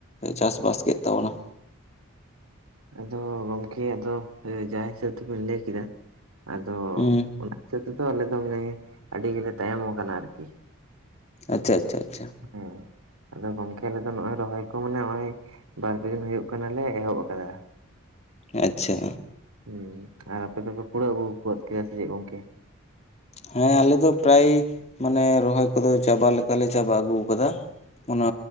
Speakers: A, on the left; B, on the right.
A: ᱪᱟᱥ ᱵᱟᱥ ᱠᱮᱜ ᱛᱟᱵᱚᱱᱟ?
B: ᱟᱫᱚ ᱜᱚᱝᱠᱮ ᱟᱫᱚ ᱮ ᱡᱟᱦᱟ ᱦᱤᱥᱟᱹᱵ ᱛᱮᱵᱤᱱ ᱞᱟᱹᱭ ᱠᱮᱫᱟ, ᱟᱫᱚ
A: ᱩᱸ
B: ᱚᱱᱟ ᱦᱤᱥᱟᱹᱵ ᱛᱮᱫᱚ ᱟᱞᱮ ᱫᱚ ᱢᱟᱱᱮ ᱟᱹᱰᱤ ᱜᱮᱞᱮ ᱛᱟᱭᱚᱢ ᱟᱠᱟᱱᱟ ᱟᱨᱠᱤ᱾
A: ᱟᱪᱪᱷᱟ ᱟᱪᱪᱷᱟ ᱟᱪᱪᱷᱟ᱾
B: ᱦᱮᱸ ᱟᱫᱚ ᱜᱚᱝᱠᱮ ᱟᱞᱮᱫᱚ ᱱᱚᱜᱭ ᱨᱚᱦᱚᱭ ᱠᱚ ᱢᱟᱱᱮ ᱚᱭ ᱵᱟᱨ ᱯᱮ ᱫᱤᱱ ᱦᱩᱭᱩᱜ ᱠᱟᱱᱟᱞᱮ ᱮᱦᱚᱵ ᱠᱟᱫᱟ᱾
A: ᱟᱪᱪᱷᱟ᱾
B: ᱦᱩ ᱟᱨ ᱟᱯᱮ ᱫᱚᱯᱮ ᱯᱩᱲᱟᱹᱣ ᱟᱹᱜᱩ ᱜᱚᱫ ᱠᱮᱜᱟ ᱥᱮᱥᱮᱜ ᱜᱚᱝᱠᱮ?
A: ᱦᱮᱸ ᱟᱞᱮ ᱫᱚ ᱯᱨᱟᱭ ᱢᱟᱱᱮ ᱨᱚᱦᱚᱭ ᱠᱚᱫᱚ ᱪᱟᱵᱟ ᱞᱮᱠᱟᱞᱮ ᱪᱟᱵᱟ ᱟᱹᱜᱩ ᱟᱠᱟᱫᱟ᱾ ᱚᱱᱟ